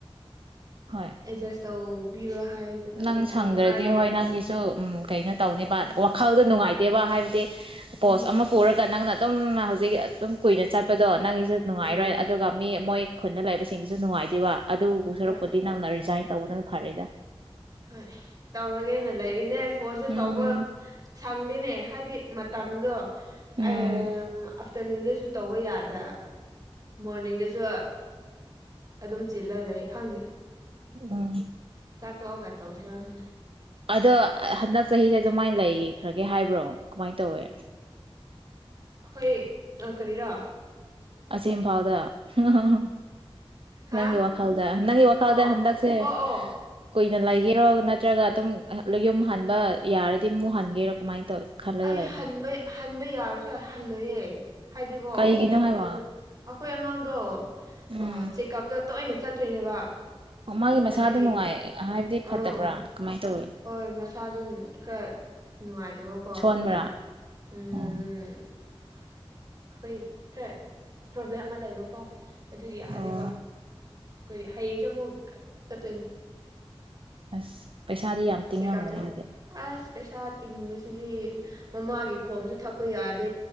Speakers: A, on the right (about 60°); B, on the right (about 40°).
A: ꯍꯣꯏ
B: ꯑꯦꯗꯖꯁ ꯇꯧꯕꯤꯔꯣ ꯍꯥꯏ
A: ꯅꯪ ꯁꯪꯗ꯭ꯔꯗꯤ
B: ꯍꯥꯏꯔꯒꯦꯅ
A: ꯍꯣꯏ ꯅꯪꯒꯤꯁꯨ ꯀꯩꯅꯣ ꯇꯧꯅꯤꯕ
B: ꯎꯝ
A: ꯋꯥꯈꯜꯗ ꯅꯨꯡꯉꯥꯏꯇꯦꯕ
B: ꯎꯝ
A: ꯍꯥꯏꯕꯗꯤ ꯄꯣꯁ
B: ꯎꯝ
A: ꯑꯃ ꯄꯨꯔꯒ ꯅꯪꯅ ꯑꯗꯨꯝ ꯍꯧꯖꯤꯛ ꯑꯗꯨꯝ ꯀꯨꯏꯅ ꯆꯠꯄꯗꯣ ꯅꯪꯒꯤꯁꯨ ꯅꯨꯡꯉꯥꯏꯔꯣꯏ
B: ꯎꯝ
A: ꯑꯗꯨꯒ ꯃꯤ ꯃꯣꯏ ꯈꯨꯟꯅ ꯂꯩꯕꯁꯤꯡꯁꯤꯁꯨ ꯅꯨꯡꯉꯥꯏꯇꯦꯕ ꯑꯗꯨꯕꯨ ꯁꯔꯨꯛꯄꯨꯗꯤ
B: ꯍꯣꯏ
A: ꯅꯪꯅ ꯔꯤꯖꯥꯏꯟ ꯇꯧꯕꯗꯨꯅ ꯐꯔꯦꯗ
B: ꯍꯣꯏ ꯇꯧꯔꯒꯦꯅ ꯂꯩꯔꯤꯅꯦ ꯐꯣꯟꯜꯗ
A: ꯎꯝ
B: ꯇꯧꯕ ꯁꯪꯗꯦꯅꯦ ꯍꯥꯏꯗꯤ ꯃꯇꯝꯗꯣ ꯑꯥꯐꯇꯔꯅꯨꯟꯗꯁꯨ
A: ꯎꯝ
B: ꯇꯧꯕ ꯌꯥꯗ ꯃꯣꯔꯅꯤꯡꯗꯁꯨ ꯑꯗꯨꯝ ꯆꯤꯜꯂ ꯂꯩ ꯈꯪꯗꯦ
A: ꯑꯥ
B: ꯆꯥꯛꯇꯣꯛꯑꯒ ꯇꯧꯁꯤꯔ ꯈꯅꯤ
A: ꯑꯗꯣ ꯍꯟꯗꯛ ꯆꯍꯤꯁꯦ ꯑꯗꯨꯃꯥꯏꯅ ꯂꯩꯈ꯭ꯔꯒꯦ ꯍꯥꯏꯕ꯭ꯔꯣ ꯀꯃꯥꯏꯅ ꯇꯧꯋꯦ
B: ꯑꯩꯈꯣꯏ ꯀꯔꯤꯔꯣ
A: ꯑꯁꯦꯡ ꯐꯥꯎꯗ ꯍꯥꯍꯥꯍꯥ
B: ꯍꯥ
A: ꯅꯪꯒꯤ ꯋꯥꯈꯜꯗ ꯅꯪꯒꯤ ꯋꯥꯈꯜꯗ
B: ꯑꯣ
A: ꯍꯟꯗꯛꯁꯦ
B: ꯑꯣ ꯑꯣ
A: ꯀꯨꯏꯅ ꯂꯩꯒꯦꯔꯣ ꯅꯠꯇ꯭ꯔꯒ ꯑꯗꯨꯝ ꯌꯨꯝ ꯍꯟꯕ ꯌꯥꯔꯗꯤ ꯃꯨꯛ ꯍꯟꯒꯦꯔꯣ ꯀꯃꯥꯏꯅ ꯇꯧ ꯈꯜꯂꯒ
B: ꯑꯩ
A: ꯂꯩꯕ꯭ꯔꯣ
B: ꯍꯟꯕ ꯍꯟꯕ ꯌꯥꯔꯁꯨ ꯑꯩ ꯍꯜꯂꯣꯏꯌꯦ ꯍꯥꯏꯗꯤꯀꯣ
A: ꯀꯩꯒꯤꯅꯣ ꯍꯥꯏꯕ
B: ꯀꯩꯅꯣ ꯑꯩꯈꯣꯏ ꯑꯉꯥꯡꯗꯣ
A: ꯎꯝ
B: ꯑ ꯆꯦꯛꯀꯑꯞꯗ ꯇꯣꯏꯅ ꯆꯠꯇꯣꯏꯅꯦꯕ
A: ꯃꯥꯒꯤ ꯃꯁꯥꯗ
B: ꯑꯗꯨꯒꯤ
A: ꯅꯨꯡꯉꯑꯦ ꯍꯥꯏꯕꯗꯤ ꯐꯠꯇꯕ꯭ꯔꯥ
B: ꯑꯥ
A: ꯀꯃꯥꯏꯅ ꯇꯧ
B: ꯍꯣꯏ ꯃꯁꯥꯗꯨꯝ ꯈꯔ ꯅꯨꯡꯉꯥꯏ ꯇꯕꯀꯣ
A: ꯁꯣꯟꯕ꯭ꯔꯥ
B: ꯑꯗꯨꯒꯤ ꯎꯝ
A: ꯑꯣ
B: ꯑꯩꯈꯣꯏ ꯈꯔꯦ ꯄ꯭ꯔꯣꯕ꯭ꯂꯦꯝ ꯑꯃ ꯂꯩꯌꯦꯕꯀꯣ ꯑꯗꯨꯌꯥꯗꯦꯕ
A: ꯑꯣ
B: ꯑꯩꯈꯣꯏ ꯍꯌꯦꯡꯁꯦ ꯑꯃꯨꯛ ꯆꯠꯇꯣꯏꯅꯤ
A: ꯑꯁ ꯄꯩꯁꯥꯗꯤ ꯌꯥꯝ ꯇꯤꯡꯉꯝꯒꯅꯤ
B: ꯆꯦꯛꯑꯞ ꯆꯠ
A: ꯑꯗꯨꯗꯤ
B: ꯑꯁ ꯄꯩꯁꯥ ꯇꯤꯡꯕꯁꯤꯗꯤ ꯃꯃꯥꯒꯤ ꯈꯣꯝꯁꯨ ꯊꯛꯄ ꯌꯥꯗꯦ